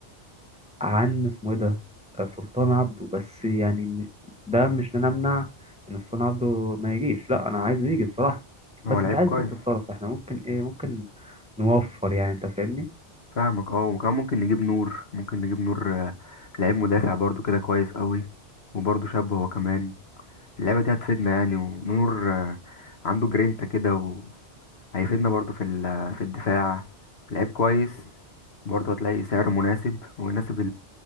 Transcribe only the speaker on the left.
هو
لعيب
كويس
فاهمك اه وكمان ممكن نجيب نور ممكن نجيب نور آه، لعيب مدافع برضو كده كويس قوي وبرضو شاب هو كمان اللعبة دي هتفيدنا يعني ونور آه، عنده جرينتا كده وهيفيدنا برضو في ال- في الدفاع لعيب كويس برضو هتلاقي سعره مناسب ويناسب